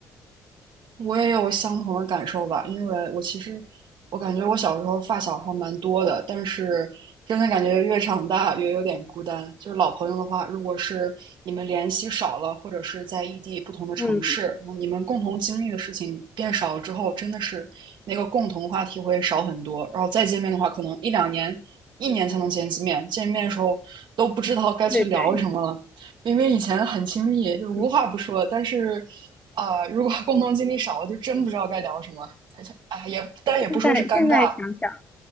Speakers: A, on the right; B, on the left.
A: 我也有相同的感受吧，因为我其实我感觉我小时候发小还蛮多的，但是真的感觉越长大越有点孤单。就是老朋友的话，如果是你们联系少了，或者是在异地不同的城市，
B: 嗯，
A: 你们共同经历的事情变少了之后，真的是那个共同话题会少很多。然后再见面的话，可能一两年、一年才能见一次面，见面的时候都不知道该去聊什么了。
B: 对对，
A: 因为以前很亲密，就无话不说，
B: 嗯，
A: 但是啊、呃如果共同经历少了，就真不知道该聊什么。而且，哎，也但也不说是尴尬，
B: 现在现在想想。